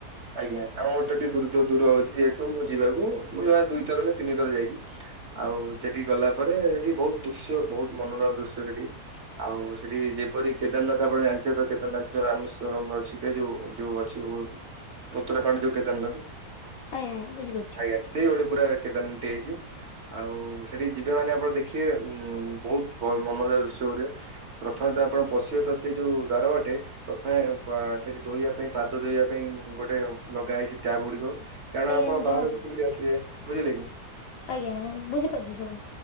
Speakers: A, on the right; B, on the left.
A: ଆଜ୍ଞା ଆମ ଘରଟା ଟିକେ ଦୂ ଦୂର ହେଉଛି ଯେହେତୁ ମୁଁ ଯିବାକୁ ମୁଁ ଯାହା ଦୁଇ ଥର ନା ତିନି ଥର ଯାଇଛି। ଆଉ ଚେଠିକି ଗଲା ପରେ ହେଟି ବହୁତ ଦୃଶ୍ୟ ବହୁତ ମନରୋମା ଦୃଶ୍ୟ ସେଠି। ଆଉ ସେଠି ଯେପରି କେଦାରନାଥ ଆପଣ ଜାଣିଥିବେ ତ କେଦାରନାଥ ଯୋଉ ରାମସ୍ଵରମ ଅଛି। ଏଯୋଉ ଯୋଉ ଅଛି ଉତ୍ତରାଖଣ୍ଡ ଯୋଉ କେଦାରନାଥ।
B: କାଇଁ ବୁଝିପାରୁଛି।
A: ଆଜ୍ଞା ସେଇଭଳି ପୁରା କେଦେରନାଥଟି ହେଇଛି। ଆଉ ସେଠିକି ଯିବେ ମାନେ ଆପଣ ଦେଖିବେ ଉଁ ବହୁତ ମନୋଜା ଦୃଶ୍ୟ ପରିକା। ପ୍ରଥମେ ତ ଆପଣ ପଶିବେ ତ ସେଇ ଯୋଉ ଦ୍ବାରବାଟେ ପ୍ରଥମେ ସେଠି ଧୋଇବା ପାଇଁ ପାଦ ଧୋଇବା ପାଇଁ ଗୋଟେ ଲଗା ହେଇଛି ଟ୍ୟାପ ଗୁଡିକ କାରଣ
B: ଆଜ୍ଞା
A: ଆପଣ
B: ଜଣା
A: ବାହାରକୁ କେମିତି ଆସିବେ ବୁଝିଲେ କି।
B: ଆଜ୍ଞା ଆଜ୍ଞା ବୁଝି ପାରୁଛି ସବୁ।